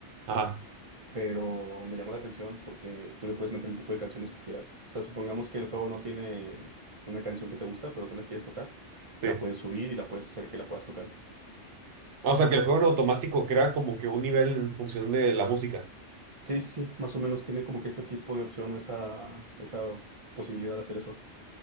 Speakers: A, on the right (about 75°); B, on the right (about 45°).
A: Ajá,
B: pero me llamó la atención porque tú le puedes meter el tipo de canciones que quieras. O sea, supongamos que el juego no tiene una canción que te gusta, pero tú la quieres tocar, la
A: sí.
B: puedes subir y la puedes hacer que la puedas tocar.
A: Ah, O sea, que el juego en automático crea como que un nivel en función de la música.
B: Sí, sí, sí, más o menos tiene como que ese tipo de opción o esa, esa posibilidad de hacer eso.